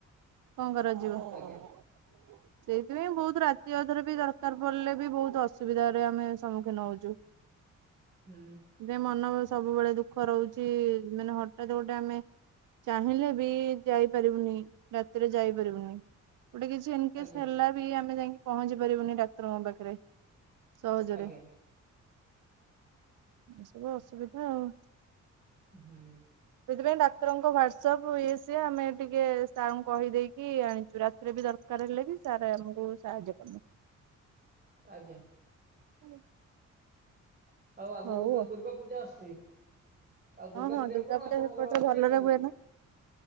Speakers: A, on the right (about 80°); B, on the right (about 30°).
A: କଁ କରାଯିବ।
B: ଆଜ୍ଞା।
A: <inaudible> ସେଇଥିପାଇଁ ବହୁତ ରାତି ଅଧରେ ବି ଦରକାର ପଡିଲେ ବି ବହୁତ ଅସୁବିଧାରେ ଆମେ ସମ୍ମୁଖୀନ ହଉଛୁ। <inaudible>
B: ହୁଁ।
A: ଏ ମନ ସବୁବେଳେ ଦୁଃଖ ରହୁଛି ମାନେ ହଠାତ ଗୋଟେ ଆମେ। ଚାହିଁଲେ ବି ଯାଇପାରିବୁନି ରାତିରେ ଯାଇପାରିବୁନି। ଗୋଟେ କିଛି ଇନକେଶ୍
B: ଆଜ୍ଞା
A: ହେଲା ବି ଆମେ ଯାଇକି ପହଞ୍ଚି ପାରିବୁନି ଡାକ୍ତରଙ୍କ ପାଖରେ। ସହଜରେ।
B: ଆଜ୍ଞା
A: ଏସବୁ ଅସୁବିଧା ଆଉ।
B: ହୁଁ।
A: ସେଇଥିପାଇଁ ଡାକ୍ତରଙ୍କ ହ୍ୱାଟସଆପ୍ ଇଏ ସିଏ ଆମେ ଟିକେ ସାରଙ୍କୁ କହିଦେଇକି ଆଣିଛୁ। ରାତି ରାତିରେ ବି ଦରକାର ହେଲେ ବି ସାର ଆମକୁ ସାହାଯ୍ୟ କରିବେ।
B: ଆଜ୍ଞା।
A: <inaudible>
B: ଆଉ ଆଗକୁ
A: ହଉ
B: ତ ଦୁର୍ଗା ପୂଜା ଆସୁଛି। ଆଉ
A: ହଁ ହଁ
B: ପୂଜାରେ
A: ଦୁର୍ଗା
B: କଣ
A: ପୂଜା
B: ଆପଣଙ୍କର
A: ସେପଟରେ
B: ଅଛି
A: ଭଲରେ
B: ସବୁ
A: ହୁଏ ନା।